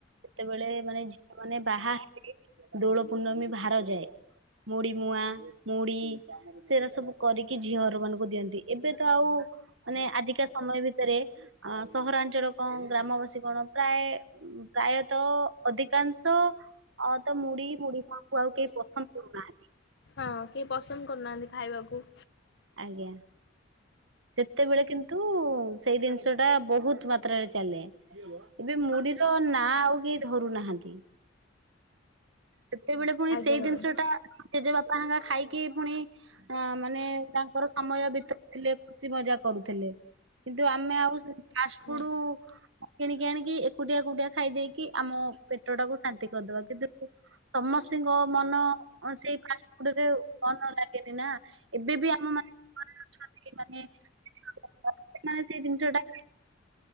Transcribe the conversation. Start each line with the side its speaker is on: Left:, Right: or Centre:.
Right: ସେତେବେଳେ ମାନେ ଝିଅ ମାନେ ବାହା ହେଇ ଦୋଳ ପୂର୍ଣ୍ଣମୀ ଭାର ଯାଏ। ମୁଢି ମୁଆଁ, ମୁଢି ସେରା ସବୁ କରିକି ଝିଅ ଘର ମାନଙ୍କୁ ଦିଅନ୍ତି। ଏବେ ତ ଆଉ ମାନେ ଆଜିକା ସମୟ ଭିତରେ ଅ ସହରାଞ୍ଚଳ କଣ ଗ୍ରାମବାସୀ କଣ ପ୍ରାୟ ପ୍ରାୟତଃ ଅଧିକାଂଶ ଅ ତ ମୁଢି ମୁଢି ମୁଆଁ କୁ ଆଉ କେହି ପସନ୍ଦ କରୁନାହାନ୍ତି।
Left: ହଁ କେହି ପସନ୍ଦ କରୁନାହାନ୍ତି ଖାଇବାକୁ।
Right: ଆଜ୍ଞା। ସେତେବେଳେ କିନ୍ତୁ ସେଇ ଜିନିଷ ଟା ବହୁତ ମାତ୍ରାରେ ଚାଲେ। ଏବେ ମୁଢିର ନା ଆଉ କେହି ଧରୁ ନାହାନ୍ତି। ସେତେବେଳେ ପୁଣି
Left: ଆଜ୍ଞା
Right: ସେଇ
Left: ମ୍ୟାଡ଼ାମ
Right: ଜିନିଷ ଟା ଜେଜେ ବାପା ହେଙ୍କା ଖାଇକି ପୁଣି ଅ ମାନେ ତାଙ୍କର ସମୟ ବିତ ଥିଲେ ଖୁସି ମଜା କରୁଥିଲେ। କିନ୍ତୁ ଆମେ ଆଉ ସେ ଫାଷ୍ଟଫୁଡ୍
Left: ହଁ।
Right: କିଣିକି ଆଣିକି ଏକୁଟିଆ ଏକୁଟିଆ ଖାଇଦେଇକି ଆମ ପେଟ ଟାକୁ ଶାନ୍ତି କରିଦବା। କିନ୍ତୁ ସମସ୍ତିଙ୍କ ମନ ସେଇ ଫାଷ୍ଟଫୁଡ ରେ ମନ ଲାଗେନି ନା। ଏବେ ବି ଆମ ମାନେ <unintelligible> <unintelligible> ସେଇ ଜିନିଷ ଟା